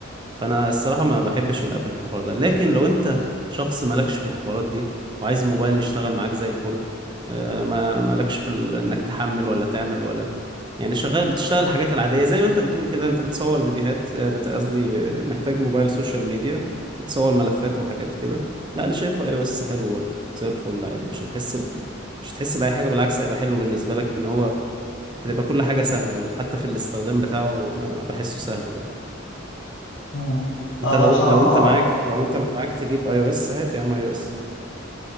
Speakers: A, on the right; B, on the left.
A: فانا الصراحه ما بحبش الابل في الحوار ده لكن لو انت شخص مالكش في الحوارات دي وعايز الموبايل يشتغل معاك زي الفل آه، ما مالكش في ال- انك تحمل ولا تعمل ولا يعني شغال بتشتغل الحاجات العادية زي ما انت بتقول كده انت بتصور فيديوهات آه، بت- قصدي آه، محتاج موبايل سوشيال ميديا وتصور ملفات وحاجات كده لا انا شايفه اي او اس حلو برضه زي الفل عادي مش هتحس ب... مش هتحس بأي حاجة بالعكس هيبقى حلو بالنسبة لك ان هو هتبقى كل حاجة سهلة وحتى في الاستخدام بتاعه انا بحسه سهل برضه
B: مم.
A: فانت
B: انا
A: لو
B: بصراحة
A: لو انت معاك لو انت معاك تجيب اي او اس هات يا عم اي او اس